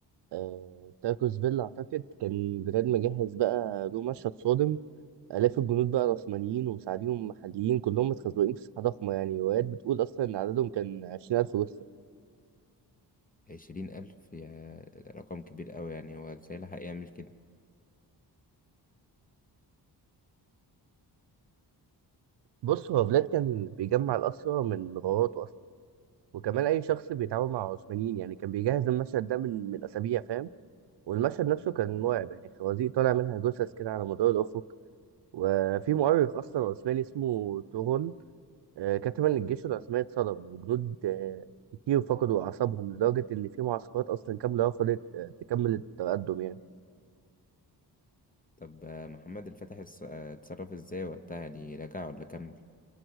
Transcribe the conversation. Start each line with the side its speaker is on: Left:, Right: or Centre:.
Right: آه، تاركوس فيلا اعتقد كان بجد مجهز بقى له مشهد صادم آلاف الجنود بقى العثمانيين ومساعديهم محليين كلهم متخزوقين في ساحة ضخمة يعني روايات بتقول أصلا إن عددهم كان عشرين ألف جثة
Left: عشرين ألف يا رقم كبير أوي يعني هو ازاي لحق يعمل كده
Right: بص هو فلاد كان بيجمع الأسرى من غاراته أصلا وكمان أي شخص بيتعامل مع العثمانيين يعني كان بيجهز المشهد ده من من أسابيع فاهم والمشهد نفسه كان مرعب يعني خوازيق طالع منها جثث كده على مدار الأفق وفي مؤرخ أصلا عثماني اسمه تورون آه، كتب إن الجيش العثماني اتصدم وجنود آه، كتير فقدوا أعصابهم لدرجة إن في معسكرات أصلا كاملة رفضت آه، تكمل التقدم يعني
Left: طب آه، محمد الفتح اس- آه، اتصرف ازاي وقتها يعني رجع ولا كمل